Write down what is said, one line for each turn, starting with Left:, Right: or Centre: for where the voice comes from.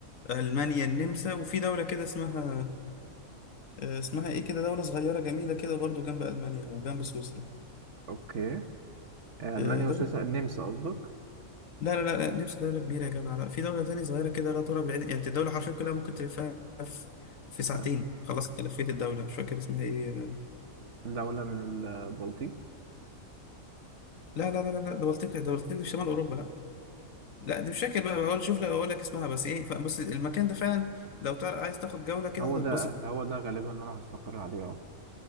Left: ألمانيا النمسا وفي دولة كده اسمها آه، اسمها إيه كده دولة صغيرة جميلة كده برضو جنب ألمانيا وجنب سويسرا
Right: اوكي آه المانيا
Left: آه، دولة
Right: وسويسرا النمسا قصدك
Left: لا لا لا لا نمسا دولة كبيرة يا جماعة لا في دولة تانية صغيرة كده لا ترى بالعين يعني أنت الدولة حرفيا كلها ممكن تلفها في في ساعتين
Right: كان
Left: خلاص أنت لفيت الدولة مش فاكر اسمها إيه
Right: دوله من البلطيق
Left: لا لا لا لا لا دولتك دولتك دي في شمال أوروبا لا لا دي مش فاكر بقى بقول شوف لك أقول لك اسمها بس إيه ف- بس المكان ده فعلا لو تعرف عايز تاخد جولة كده
Right: هو
Left: هتتبسط
Right: ده هو ده غالبا اللي انا هستقر عليه اه